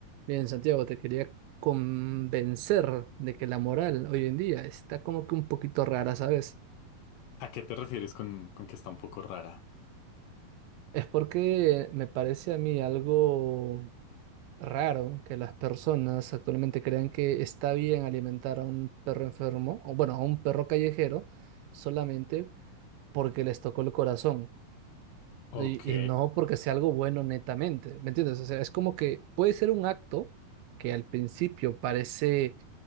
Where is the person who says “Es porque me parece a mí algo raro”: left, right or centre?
Right